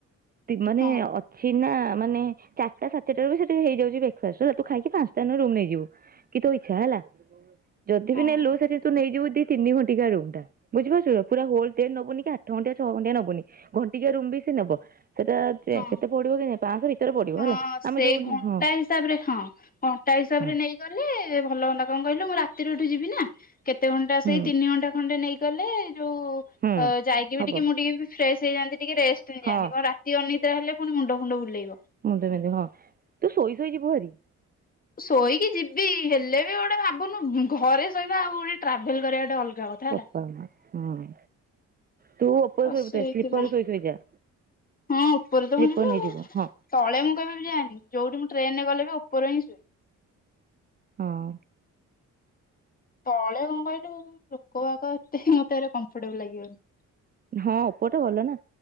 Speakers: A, on the right; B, on the left.
A: ତି ମାନେ
B: ହଁ
A: ଅ ଛିନା ମାନେ ଚାରିଟା ସାଢ଼େ ଚାରିଟାରେ ବି ସେଠି ହେଇଯାଉଛି ବ୍ରେକଫାଷ୍ଟ୍। ତୁ ସେଠୁ ଖାଇକି ପାଞ୍ଚଟା <unintelligible> ରୁମ ନେଇଯିବୁ। କି ତୋ ଇଛା ହେଲା। ଯଦି ବି
B: ହଁ
A: ନେଲୁ ସେଠି ତୁ ନେଇଯିବୁି ଦି ତିନି ଘଣ୍ଟିକା ରୁମ ଟା ବଝିପାରୁଛୁ ତ। ପୁରା ହେ। ଲ୍ ଡେ ନବୁନି କି ଆଠ ଘଣ୍ଟିଆ ଛ ଘଣ୍ଟିଆ ନବୁନି ଘଣ୍ଟିକିଆ ରୁମ ବି ସେ ନବ। ସେଟା
B: ହଁ।
A: କେତେ ପଡିବ କି? ପାଞ୍ଚଶହ ଭିତରେ ପଡିବ
B: ହଁ
A: ହେଲା
B: ସେଇ
A: ଆମେ ଯୋଉ
B: ଘଣ୍ଟା
A: ହଁ।
B: ହିସାବରେ ହଁ କଣ୍ଟା ହିସାବରେ
A: ହଁ
B: ନେଇଗଲେ ଭଲ ହୁଅନ୍ତା କଣ କହିଲୁ ମୁଁ ରାତିରେ ଏଠୁ ଯିବି ନା। କେତେ ଘଣ୍ଟା
A: ହୁଁ
B: ସେଇ ତିନି ଘଣ୍ଟା ଖଣ୍ଡେ ନେଇଗଲେ, ଯୋଉ
A: ହୁଁ
B: ଯାଇକି ବି
A: ହବ
B: ଟିକେ ମୁଁ ଟିକେ ବି ଫ୍ରେଶ ହେଇଯାନ୍ତି ଟିକେ ରେଷ୍ଟ ନେଇଯାଆନ୍ତି।
A: ହଁ
B: କଣ ରାତି ଅନିଦ୍ରା ହେଲେ ପୁଣି ମୁଣ୍ଡଫୁଣ୍ଡ ବୁଲେଇବ।
A: ମୁଣ୍ଡ ବିନ୍ଧିବ ହଁ, ତୁ ଶୋଇ ଶୋଇ ଯିବୁ ଭାରି।
B: ଶୋଇକି ଯିବି ହେଲେ ବି ଗୋଟେ ଭାବୁନୁ ଘରେ ଶୋଇବା ଆଉ ଗୋଟେ ଟ୍ରାଭେଲ୍ କରିବା ଗୋଟେ ଅଲଗା କଥା। ହେଲା
A: ବୋପା ମା ହଁ, ତୁ ଉପରେ
B: ତ
A: <unintelligible> ସୋଇକି
B: ସେଇଥିପାଇଁ
A: ସ୍ଲିପର ସୋଇ ସୋଇ ଯା।
B: ହଁ, ଉପରେ ତ
A: ସ୍ଲିପର
B: ମୁଁ ଯିବି
A: ନେଇଯିବୁ
B: ଆଉ।
A: ହଁ
B: ତଳେ ମୁଁ କେବେବି ଯାଏନି ଯୋଉଠି ମୁଁ ଟ୍ରେନ ରେ ଗଲେ ବି ଉପର ହିଁ ଶୁଏ।
A: ହଁ।
B: ତଳେ କଣ କହିଲୁ ଲୋକ ବାକ ଏତେ ମତେ <unintelligible> ଏ କମ୍ଫଟେବୁଲ୍ ଲାଗିବନି।
A: ହଁ ଉପରଟା ଭଲ ନା